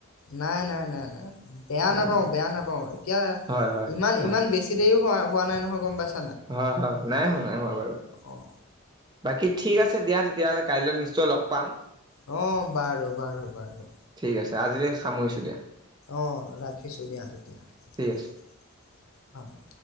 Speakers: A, on the left; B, on the right.
A: নাই, নাই, নাই, নাই বেয়া
B: উম,
A: নাপাওঁ বেয়া নাপাওঁ এতিয়া
B: হয়, হয়,
A: ইমান
B: হয়,
A: ইমান বেছ- ছি দেৰিও হোৱা হোৱা নাই নহয় গ'ম পাইচো।
B: হয়, হয় নাই হোৱা নাই হোৱা বাৰু।
A: অ'
B: বাকী ঠিক আছে দিয়া তেতিয়াহ'লে কাইলৈ নিশ্চয় লগ পাম।
A: অ বাৰু বাৰু বাৰু
B: ঠিক আছে আজিলে সামৰিছোঁ দিয়া।
A: অ' ৰাখিছো দিয়া তেতিয়া হলে।
B: ঠিক আছে।
A: অঁ